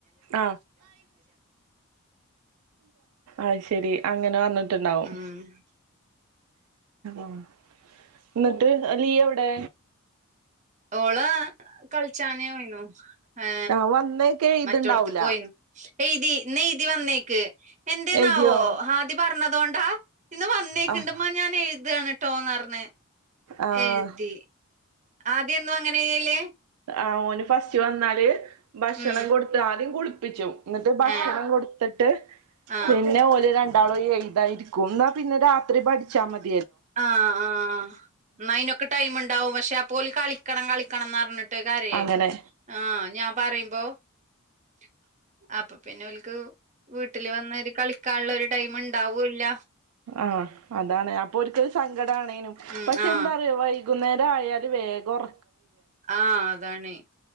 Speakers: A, on the right; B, on the right.
A: ആ അത് ശരി അങ്ങന വന്നില്ല ണ്ടാവും <inaudible>
B: ഉം
A: ആ <inaudible> എന്നിട്ട് അല്ലയ്യ് എവിടെ
B: ഓളാ കൾ ച്ചായ്ണു ആ
A: ആഹ് വന്നേക്കെ എഴുതുണ്ടാവൂല
B: മറ്റോട്ത്ത്ക്ക് പോയിണു എയ്തി ന്നെ എയ്തി വന്നേക്ക് എന്തേന്നാവോ
A: എഴുതിയോ
B: ആദി പറഞ്ഞതോണ്ടാ ഇന്ന് വന്നേക്കിണ്ട്മ്മാ
A: ആഹ്
B: ഞാൻ എഴുതാണ് ട്ടൊന്നർഞ്ഞ്
A: ആഹ്
B: എഴ്തി ആദ്യം എന്നും അങ്ങനെ ചെയ്യൽ
A: ആ ഓന് ഫസ്റ്റ് വന്നാല് അ ഭക്ഷണം
B: ഉം
A: കൊടുത്ത് ആദ്യം കു പ്പിച്ചു ന്നട്ട് ഭക്ഷണം
B: ഏഹ്
A: കൊടുത്തിട്ട്
B: ആഹ്
A: പിന്നെ ഓല് രണ്ട് ണ്ടാളും എഴ്താനിരിക്കും ന്നാ പിന്നെ രാത്രി പഠിച്ചാ മതി
B: അ ആ ന്നാ അയിനൊ ടൈം ഇണ്ടാവും പക്ഷെ അപ്പൊ ഓല് കളിക്കണം കളിക്കണംന്ന്റ്ഞ്ഞിട്ട് ട്ടൊയ്ക്കാരെയ്
A: അങ്ങനെ
B: ആ ഞാ പറിം പ്പൊ <inaudible> അപ്പൊ പിന്നോല്ക്ക് വീ ട്ടിൽ വന്ന ഒരു കളിക്കാന്ള്ള ഒരു ടൈം ണ്ട് ണ്ടാവൂല്ല
A: ആ അതാണ് അപ്പൊ ഓൽക്ക് കടാണെനും
B: ഉം
A: പക്ഷേ
B: ആഹ്
A: എന്താണ് വൈ കുന്നേരായാല് വേഗോർ
B: ആ അതാണെ